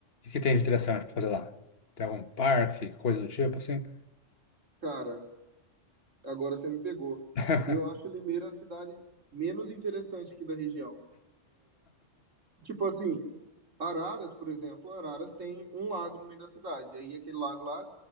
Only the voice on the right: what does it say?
cara, agora você me pegou.
Eu acho Limeira a cidade menos interessante aqui da região. Tipo assim, Araras, por exemplo, Araras tem um lago no meio da cidade. Aí aquele lago lá,